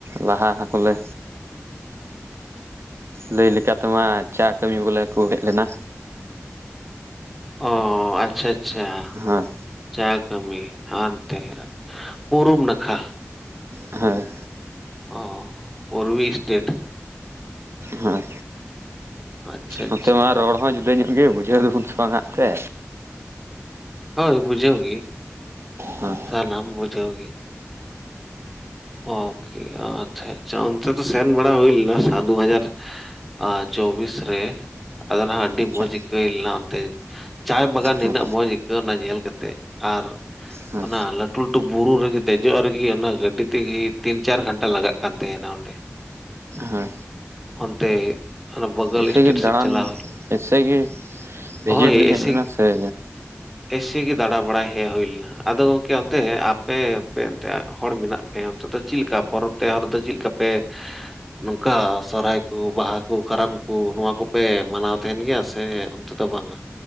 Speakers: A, on the right; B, in the centre.
A: ᱞᱟᱦᱟ ᱠᱚᱞᱮ ᱞᱟᱹᱭ ᱞᱮᱠᱟ ᱛᱮᱢᱟ ᱪᱟ ᱠᱟᱹᱢᱤ ᱵᱚᱞᱮ ᱠᱚ ᱦᱮᱡ ᱞᱮᱱᱟ
B: ᱚ ᱟᱪᱪᱷᱟ ᱟᱪᱪᱷᱟ
A: ᱦᱮᱸ
B: ᱪᱟ ᱠᱟᱹᱢᱤ ᱦᱟᱱᱛᱮ ᱯᱨᱩᱵ ᱱᱟᱠᱷᱟ
A: ᱦᱳᱭ
B: ᱚ ᱩᱨᱵᱤ ᱥᱴᱮᱴ
A: ᱦᱮᱸ
B: ᱟᱪᱪᱷᱟ
A: ᱱᱚᱛᱮ
B: ᱟᱪᱪᱷᱟ
A: ᱢᱟ ᱨᱚᱲ ᱦᱚᱸ ᱡᱩᱫᱟᱹ ᱧᱚᱜ ᱜᱮ ᱵᱩᱡᱷᱟᱹᱣ ᱫᱟᱵᱚᱱ ᱥᱮ ᱵᱟᱝ ᱦᱟᱸᱜ ᱛᱮ
B: ᱦᱳᱭ ᱵᱩᱡᱷᱟᱹᱣ
A: ᱦᱮᱸ
B: ᱥᱟᱱᱟᱢ ᱵᱩᱡᱷᱟ. ᱣ ᱜᱮ ᱳᱠᱮ ᱟᱪᱪᱷᱟ ᱟᱪᱪᱷᱟ ᱚᱱᱛᱮ ᱛᱚ ᱥᱮᱱ ᱵᱟᱲᱟ ᱦᱩᱭᱞᱱᱟ ᱥᱟ ᱫᱩ ᱦᱟᱡᱟᱨ ᱪᱚᱣᱵᱤᱥ ᱨᱮ ᱟᱫᱚ ᱱᱷᱟᱜ ᱟᱹᱰᱤ
A: ᱟᱪᱪᱷᱟ
B: ᱢᱚᱡᱽ ᱟᱭᱠᱟ. ᱣ ᱞᱮᱱᱟ ᱚᱱᱛᱮ ᱪᱟᱭ ᱵᱟᱜᱟᱱ ᱱᱤᱱᱟᱹᱜ
A: ᱦᱮᱸ
B: ᱢᱚᱡᱽ ᱟᱹᱭᱠᱟᱹᱣᱱᱟ ᱧᱮᱞ ᱠᱟᱛᱮᱫ ᱟᱨ
A: ᱦᱮᱸ
B: ᱚᱱᱟ ᱞᱟᱴᱩ ᱞᱟᱹᱴᱩ ᱵᱩᱨᱩ ᱨᱮᱜᱮ ᱫᱮᱡᱚᱜ ᱨᱮᱜᱮ ᱚᱱᱟ ᱜᱟᱹᱰᱤ ᱛᱮᱜᱮ ᱛᱤᱱ ᱪᱟᱨ ᱜᱷᱚᱱᱴᱟ ᱞᱟᱜᱟᱜ ᱠᱟᱱ ᱛᱟᱦᱮᱱᱟ ᱚᱸᱰᱮ
A: ᱦᱮᱸ
B: ᱚᱱᱛᱮ ᱚᱱᱟ ᱵᱟᱜᱟᱞ
A: ᱮᱭᱥᱮ
B: ᱥᱴᱮᱴ
A: ᱜᱮ ᱫᱟᱬᱟᱱ
B: ᱥᱮᱫ ᱪᱟᱞᱟᱣ ᱦᱩᱭ
A: ᱮᱭᱥᱮ ᱜᱮ
B: ᱞᱮᱱᱟ᱾
A: ᱵᱷᱤᱡᱤᱴ
B: ᱦᱳᱭ
A: ᱵᱤᱱ
B: ᱮᱭᱥᱮ
A: ᱦᱮᱡ ᱞᱮᱱᱟ ᱥᱮ <inaudible>
B: ᱮᱭᱥᱮ ᱜᱮ ᱫᱟᱬᱟ ᱵᱟᱲᱟᱭ ᱦᱮᱡ ᱦᱩᱭ ᱞᱮᱱᱟ ᱾ ᱟᱫᱚ ᱜᱚᱢᱠᱮ ᱚᱱᱛᱮ ᱟᱯᱮ ᱯᱮ-ᱚᱱᱛᱮ ᱟ ᱦᱚᱲ ᱢᱮᱱᱟᱜ ᱦᱮᱸ ᱚᱱᱛᱮ ᱫᱚ ᱪᱤᱜ ᱞᱮᱠᱟ ᱯᱚᱨᱚᱵᱽ ᱛᱮᱦᱟᱨ ᱫᱚ ᱪᱤᱜ ᱞᱮᱠᱟ ᱯᱮ ᱱᱚᱝᱠᱟ ᱥᱚᱨᱦᱟᱭ ᱠᱩ, ᱵᱟᱦᱟ ᱠᱩ, ᱠᱟᱨᱟᱢ ᱠᱩ ᱱᱚᱣᱟ ᱠᱩᱯᱮ ᱢᱟᱱᱟᱣ ᱛᱮᱦᱮᱱ ᱜᱮᱭᱟ? ᱥᱮ ᱛᱚ ᱫᱚ ᱵᱟᱝ ᱾